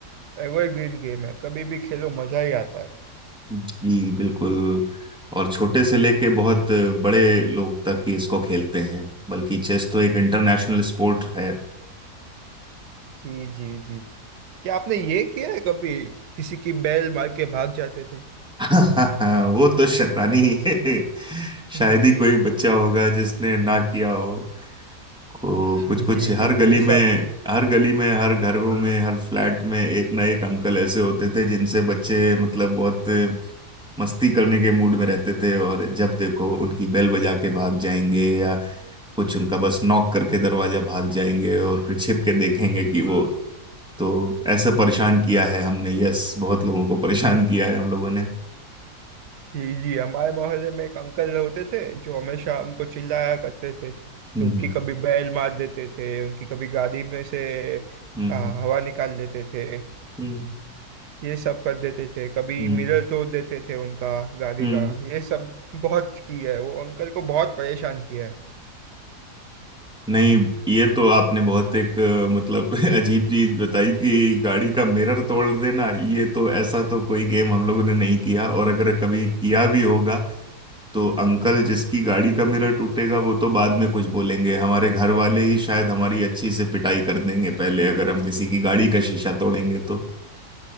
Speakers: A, on the right (about 85°); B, in the centre.
A: एवरग्रीन गेम है कभी भी खेलो मजा ही आता है
B: जी बिल्कुल और छोटे से लेके बहुत बड़े लोग तक ही इसको खेलते हैं बल्कि चेस तो एक इंटरनेशनल स्पोर्ट है
A: जी जी जी क्या आपने ये किया है कभी किसी की बैल मार के भाग जाते थे
B: <laughs> वो तो शैतानी <laughs>
A: <laughs>
B: शायद ही कोई बच्चा होगा जिसने ना किया हो को
A: जी
B: कुछ कुछ
A: जी
B: हर
A: जी
B: गली
A: ये
B: में
A: सब
B: हर गली में हर घरों में हर फ्लैट में एक ना एक अंकल ऐसे होते थे जिनसे बच्चे मतलब बहुत मस्ती करने के मूड में रहते थे और जब देखो उनकी बेल बजा के भाग जाएंगे या कुछ उनका बस नॉक करके दरवाजा भाग जाएंगे और फिर छिप के देखेंगे कि वो तो ऐसे परेशान किया है हमने यस बहुत लोगों को परेशान किया है हम लोगों ने
A: जी जी हमारे मोहल्ले में एक अंकल होते थे जो हमेशा हमको चिल्लाया करते थे
B: हम्म
A: तो उनकी कभी बैल मार देते थे उनकी कभी गाड़ी में से
B: हम्म हम्म
A: आ, हवा निकाल लेते थे
B: हम्म
A: ये सब कर देते थे कभी
B: हम्म
A: मिरर तोड़ देते थे उनका गाड़ी
B: हम्म
A: का ये सब बहुत किया है वो अंकल को बहुत परेशान किया है
B: नहीं ये तो आपने बहुत एक अ, मतलब <laughs> अजीब चीज बताई कि गाड़ी का मिरर तोड़ देना ये तो ऐसा तो कोई गेम हम लोगों ने नहीं किया और अगर कभी किया भी होगा तो अंकल जिसकी गाड़ी का मिरर टूटेगा वो तो बाद में कुछ बोलेंगे हमारे घर वाले ही शायद हमारी अच्छी से पिटाई कर देंगे पहले अगर हम किसी की गाड़ी का शीशा तोड़ेंगे तो